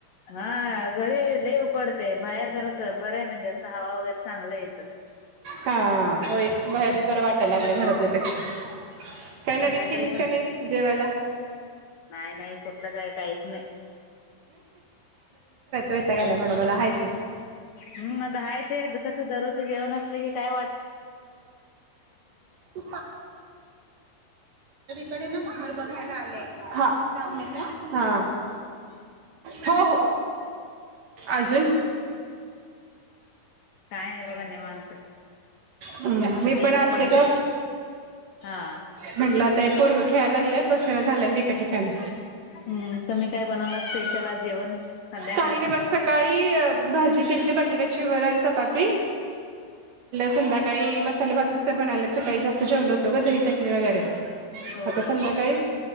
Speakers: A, on the left; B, on the right.
A: हा घरी लय उकडते बाहेर जरांस बरं आहे म्हणजे अस हवा वगैरे चांगलं येतं
B: हा होय बाहेरच
A: हम्म
B: बरं वाटायला घरातल्यापेक्षा काय नवीन
A: संध्याकाळी
B: केलीस
A: पण
B: का नाही जेवायला
A: नाही नाही कुठलं काय काहीच नाही.
B: वैताग आलाय म्हणा मला हायचच.
A: हम् मग हाय तेच कस दररोज जेवन अस की काय
B: तू कडे घर बघायला आलेय हा हा हो हो अजून
A: काय नाही बघा निवांत
B: हम् मी
A: देग
B: पण आलते
A: पडतय
B: ग
A: हा.
B: म्हंटलं आता पोरग खेळायला लागलंय बसना झालंय हे या ठिकाणी
A: हम्म तुम्ही काय बनवला स्पेशल आज जेवण संध्याकाळच
B: काही नाही बघ सकाळी भाजी केलती बटाट्याची वरण, चपाती संध्याकाळी, मसाले भातच कर म्हणाल्यात सकाळी जास्त जेवलो होतो ग दही, चटणी वगैरे
A: हो
B: आता
A: हो
B: संध्याकाळी